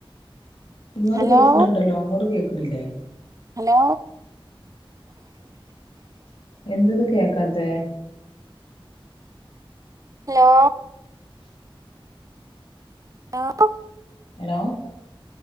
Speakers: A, on the left; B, on the right.
A: ഇങ്ങോട്ട്
B: ഹലോ
A: കേക്കണണ്ടല്ലോ? അങ്ങോട്ട് കേക്കണില്ലേ?
B: ഹലോ,
A: എന്ത് ഇത് കേക്കാത്തെ
B: ഹലോ, ആ <inaudible>
A: ഹലോ,